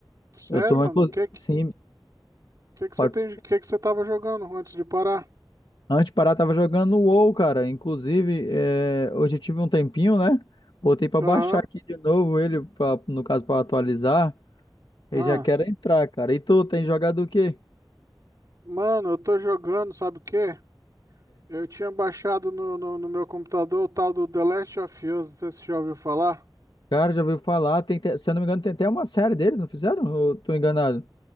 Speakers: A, on the right; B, on the left.
A: Sério,
B: Eu tô,
A: mano?
B: inclu-
A: O que que,
B: sim,
A: que que
B: pode-
A: você tem, o que que você tava jogando antes de parar?
B: antes de parar, tava jogando o WoW, cara. Inclusive, é, hoje eu tive um tempinho, né? Botei pra
A: Aham.
B: baixar aqui de novo ele, pra, no caso, pra atualizar. E
A: Ah.
B: já quero entrar, cara. E tu, tem jogado o quê?
A: Mano, eu tô jogando, sabe o quê? Eu tinha baixado no, no, no meu computador o tal do The Last of Us, não sei se você já ouviu falar.
B: Cara, já ouviu falar, tem, até- se eu não me engano, tem até uma série deles, não fizeram? Eu tô enganado.